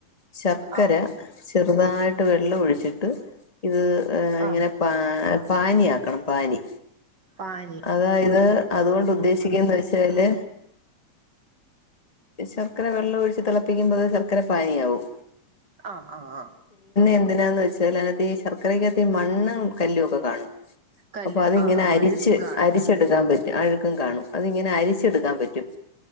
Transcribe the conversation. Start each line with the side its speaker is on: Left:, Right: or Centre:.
Left: ശർക്കര
Right: ആഹ്
Left: ചേർ രുതായിട്ട് വെള്ളമോഴിച്ചിട്ട് ഇത് ഇങ്ങനെ
Right: ആഹ്
Left: പാ പാനി ആക്കണം പാനി
Right: പാനി
Left: അതായത് അതുകൊണ്ട് ദ്ദേശിക്കുന്നത് തില് ശർക്കര വെള്ളയിച്ചു തിളപ്പിക്കുമ്പോ ശർക്കരപ്പാനി ആവും
Right: ആ ആ ആ
Left: എന്തിനാന്ന് വെച്ചാഅതിനകത്തുശർക്കരക്കകത്തു മണ്ണും കല്ലുവോക്കെ കാണും
Right: കല്ല്
Left: അപ്പ
Right: ആഹ്
Left: ഇങ്ങനെ
Right: ആഹ്
Left: അരിച്ച്
Right: അഴുക്കും കാണും
Left: അരിച്ചെടുക്കാൻ പറ്റു ആഴുകും കാണും അതിങ്ങനെ അരിച്ചെടുക്കാൻ പറ്റും